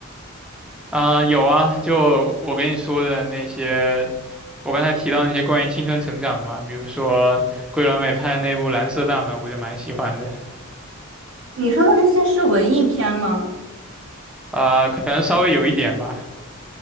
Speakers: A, in the centre; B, on the right.
A: 啊、有啊，就我跟你说的那些，我刚才提到那些关于青春成长的嘛，比如说桂纶镁拍的那部《蓝色大门》，我就蛮喜欢的。
B: 你说的这些是文艺片吗？
A: 啊、可能稍微有一点吧。